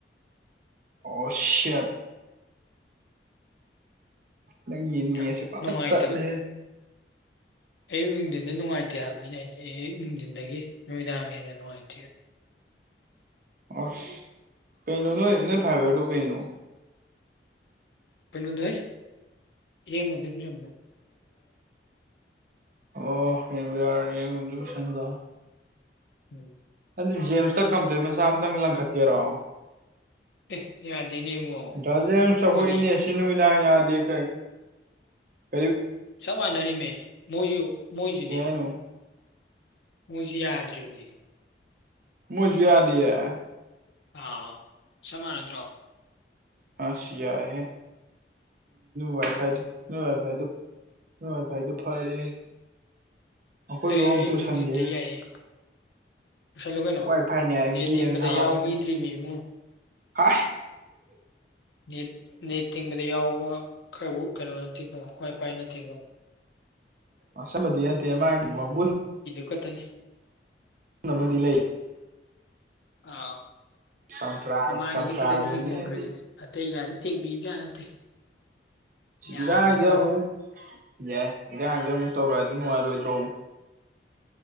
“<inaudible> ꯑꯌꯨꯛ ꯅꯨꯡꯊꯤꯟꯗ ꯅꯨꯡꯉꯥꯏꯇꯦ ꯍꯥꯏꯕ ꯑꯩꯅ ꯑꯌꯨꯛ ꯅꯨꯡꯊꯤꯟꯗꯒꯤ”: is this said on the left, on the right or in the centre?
Left